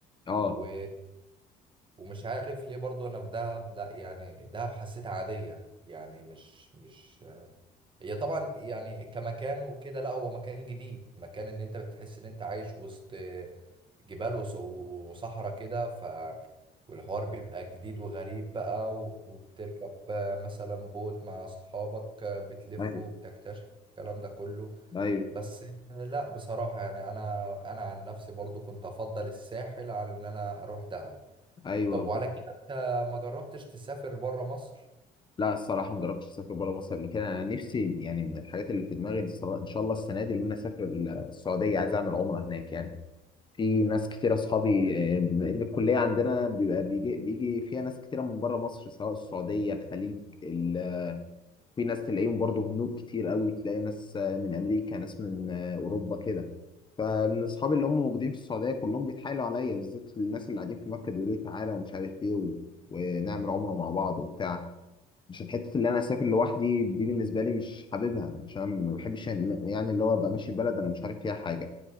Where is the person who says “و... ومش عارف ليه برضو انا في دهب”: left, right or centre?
Right